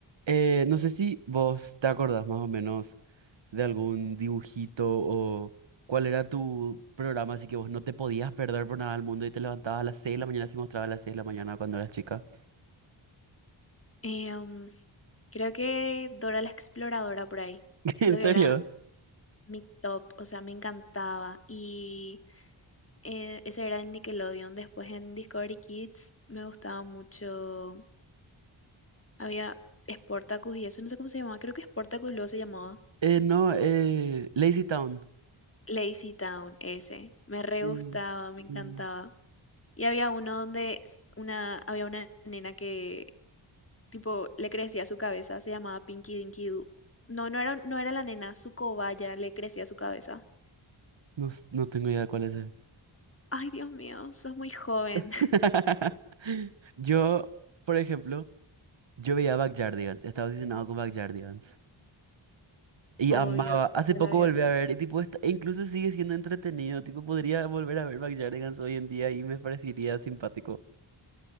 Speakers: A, on the right (about 60°); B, on the left (about 25°).
A: Eh, no sé si vos te acordás más o menos de algún dibujito o cuál era tu programa, así que vos no te podías perder por nada del mundo y te levantabas a las seis de la mañana si mostraba a las 6 de la mañana cuando eras chica.
B: Em, creo que Dora la Exploradora por ahí.
A: <laughs>
B: Siento
A: ¿En
B: que
A: serio?
B: era mi top, o sea, me encantaba. Y eh, ese era en Nickelodeon. Después en Discovery Kids me gustaba mucho. Había Sportacus y eso, no sé cómo se llamaba, creo que Sportacus luego se llamaba.
A: Eh, no, eh, Lazy Town.
B: Lazy Town, ese. Me re
A: Sí,
B: gustaba, me encantaba.
A: sí.
B: Y había uno donde s- una, había una nena que tipo, le crecía su cabeza, se llamaba Pinky Dinky Doo. No, no era, no era la nena, su cobaya le crecía su cabeza.
A: No, s- no tengo idea cuál es. ese.
B: Ay, Dios mío, sos muy joven.
A: <laughs>
B: <laughs>
A: Yo, por ejemplo, yo veía Backyardigans, estaba obsesionado con Backyardigans. Y
B: Obvio,
A: amaba. Hace
B: toda
A: poco
B: la vida.
A: volví a ver, y tipo, está- e incluso sigue siendo entretenido. Tipo, podría volver a ver Backyardigans hoy en día y me parecería simpático.